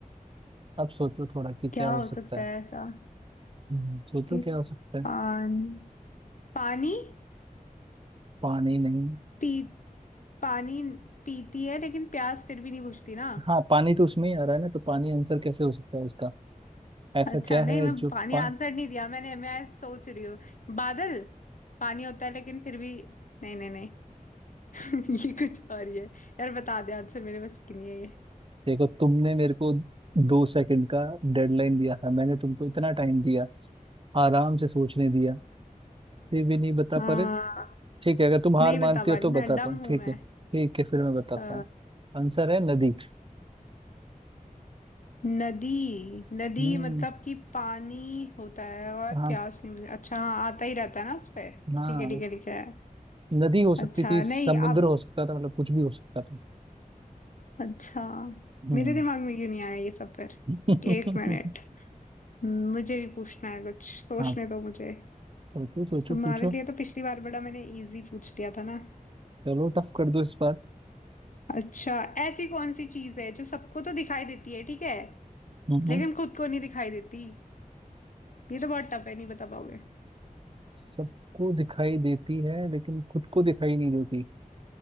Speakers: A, on the right (about 40°); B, on the left (about 60°).
A: अब सोचो थोड़ा कि क्या
B: क्या
A: हो
B: हो
A: सकता
B: सकता
A: है
B: है ऐसा
A: हम्म, सोचो
B: कि
A: क्या हो सकता है
B: पान पानी
A: पानी नहीं
B: पी पानी पीती है लेकिन प्यास फिर भी नहीं बुझती ना
A: हाँ पानी तो उसमें ही आ रहा है ना तो पानी आंसर कैसे हो सकता है उसका ऐसा
B: अच्छा
A: क्या
B: नहीं
A: है
B: मैं
A: जो
B: पानी
A: पा
B: आंसर नहीं दिया मैंने मैं सोच रही हूँ बादल पानी होता है लेकिन फिर भी नहीं नहीं नहीं <laughs> ये कुछ और ही है यार बता दे आंसर मेरे बस की नहीं है ये
A: देखो तुमने मेरे को दो सेकंड का डेडलाइन दिया था मैंने तुमको इतना टाइम दिया आराम से सोचने दिया फिर भी नहीं बता
B: हाँ
A: पा रहे ठीक है अगर तुम हार
B: नहीं
A: मानती
B: बता पा
A: हो
B: रही
A: तो
B: ना
A: बताता
B: डम
A: हूँ
B: हूं
A: ठीक
B: मैं
A: है ठीक है फिर मैं बताता
B: अ,
A: हूँ आंसर है नदी
B: नदी नदी
A: हम्म
B: मतलब कि पानी होता है और
A: हाँ
B: प्यास नहीं मुझे अच्छा हाँ आता ही रहता है ना उस पे
A: हाँ
B: ठीक है ठीक
A: उस-
B: है ठीक है
A: नदी हो सकती
B: अच्छा
A: थी समुद्र
B: नहीं आप
A: हो सकता था मतलब कुछ भी हो सकता था
B: अच्छा
A: हम्म
B: मेरे दिमाग में क्यों नहीं आया ये सब फिर
A: <laughs>
B: एक मिनट मुझे भी पूछना है कुछ सोचने
A: हाँ
B: दो मुझे
A: पर तू सोचो
B: तुम्हारे
A: पूछो
B: लिए तो पिछली बार बड़ा मैंने इजी पूछ दिया था ना
A: चलो टफ कर दो इस बार
B: अच्छा ऐसी कौन सी चीज है जो सबको तो दिखाई देती है ठीक है
A: हम्म
B: लेकिन खुद को नहीं दिखाई देती ये तो बहुत टफ है नहीं बता पाओगे
A: सबको दिखाई देती है लेकिन खुद को दिखाई नहीं देती